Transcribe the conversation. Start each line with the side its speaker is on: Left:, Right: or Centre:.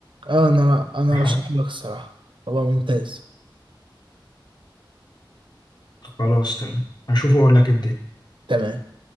Right: اه انا انا
Left: حلقة
Right: ارشحه لك الصراحه هو ممتاز
Left: خلاص تمام هشوفه واقول لك إيه الدنيا
Right: تمام